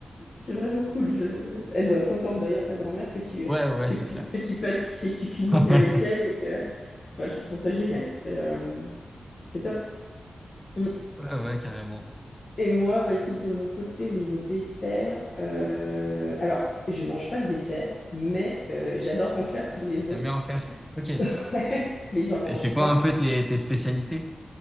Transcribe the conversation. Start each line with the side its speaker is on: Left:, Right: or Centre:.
Left: c'est vraiment cool. Je... Elle doit être contente d'ailleurs, ta grand-mère, que tu,
Centre: Ouais, ouais,
Left: que
Centre: c'est
Left: tu,
Centre: clair.
Left: que tu pâtisses et que tu cuisines
Centre: <laughs>
Left: avec elle. Et que... enfin, je trouve ça génial, c'est euh, c'est top. Mm.
Centre: Ouais, ouais, carrément.
Left: Et moi, bah, écoute, de mon côté, au niveau dessert, euh, alors, je mange pas de dessert, mais euh, j'adore en faire pour les
Centre: T'aimes
Left: autres.
Centre: bien en faire. Ok. Et
Left: <laughs> Ouais, mais j'en mange
Centre: c'est quoi
Left: pas.
Centre: un peu tes, tes spécialités?